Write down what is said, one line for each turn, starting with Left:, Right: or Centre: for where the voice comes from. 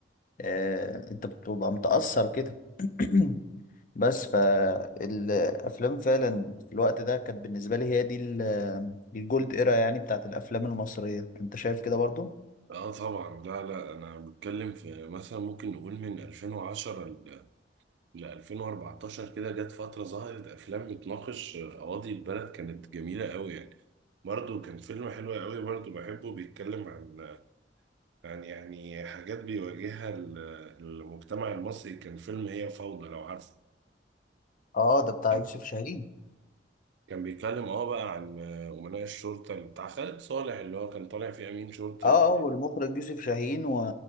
Left: آه، انت بتبقى متاثر كده <clears throat> بس فالافلام فعلا في الوقت ده كانت بالنسبه لي هي دي ال- الجولد ايرا يعني بتاعت الافلام المصريه انت شايف كده برضه
Right: اه طبعا لا لا انا بتكلم في مثلا ممكن نقول من 2010 ل 2014 كده جت فترة ظهرت أفلام بتناقش قواضي البلد كانت جميلة قوي يعني برضه كان فيلم حلو قوي برضه بحبه بيتكلم عن عن يعني حاجات بيواجهها ال- المجتمع المصري كان فيلم هي فوضى لو عارفه
Left: اه ده بتاع
Right: كان
Left: يوسف شاهين
Right: كان بيتكلم اه بقى عن آه، أمناء الشرطة اللي بتاع خالد صالح اللي هو كان طالع فيه أمين شرطة
Left: اه
Right: و...
Left: اه والمخرج يوسف شاهين و...